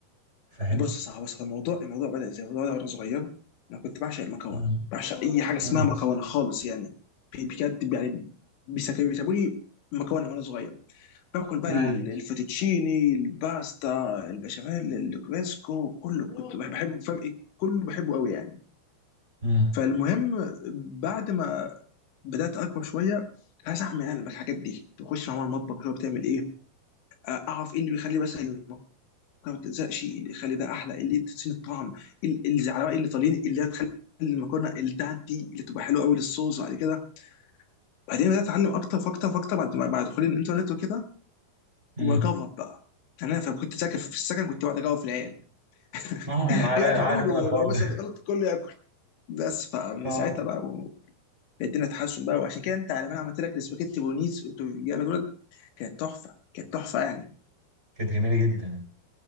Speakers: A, on the right (about 15°); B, on the left (about 85°).
A: فاهم
B: بص صح بص الموضوع الموضوع بدأ ازاي الموضوع ده وانا صغير انا كنت بعشق المكرونه
A: امم
B: بعشق اي حاجه اسمها
A: امم
B: مكرونه خالص يعني ب- بجد يعني بيسك- بيسابوا لي مكرونه وانا صغير باكل بقى
A: ايوه
B: ال- الفوتوتشيني الباستا البشاميل الكريسكو كله كنت بح- بحبه فرق كله بحبه قوي يعني
A: امم
B: فالمهم بعد ما بدات اكبر شويه عايز اعمل انا الحاجات دي تخش مع ماما المطبخ شويه بتعمل ايه اعرف ايه اللي بيخلي مثلا ما بتلزقش اللي يخلي ده احلى اللي تسين الطعم ال- الزعلوائي الايطاليين اللي هتخلي المكرونه الدانتي اللي تبقى حلوه قوي للصوص بعد كده بعدين بدات اتعلم اكتر فاكتر فاكتر بعد بعد دخولي الانترنت وكده
A: امم
B: واجرب بقى يعني انا فلما كنت ساكن في السكن كنت بقعد اجرب في العيال <laughs>
A: اه انا عارف
B: اي اكل
A: عارف
B: اعمله لو
A: انا الحوار
B: لو
A: ده
B: مثلا غلط الكل ياكل بس فمن
A: اه
B: ساعتها بقى و... الدنيا تحسن بقى وعشان كده انت على ما انا عملت لك السباكيتي بولونيز انتوا الرجاله دول كانت تحفه كانت تحفه يعني
A: كانت جميلة جدا